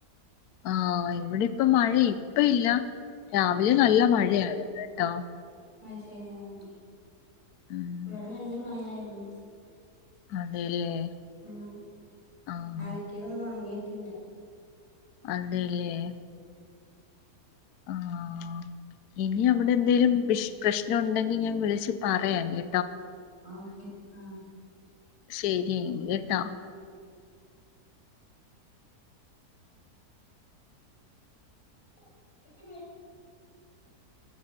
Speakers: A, on the left; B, on the left.
A: ആഹ ഇവിടെ ഇപ്പ മഴ ഇപ്പ ഇല്ല രാവിലെ നല്ല മഴയാരുന്നു കേട്ടോ?
B: ആഹ ശരി ആ-
A: ഉം
B: ഇവിടെ നല്ല മയയായി- <unintelligible>
A: അതെല്ലേ?
B: ഉം
A: ആഹ്
B: അലക്കിയതൊന്നും ഉണങ്ങി ട്ടില്ല-
A: ആഹ് - ഇല്ലേ- ആഹ ഇനി അവിടെ എന്തെലും വിഷ പ്രശ്നം ഉണ്ടെങ്കിൽ ഞാൻ വിളിച്ച് പറയാൻ കേ
B: ആ ഓക്കെ ആ-
A: ശരിയെങ്കി കേട്ടാ-
B: <unintelligible>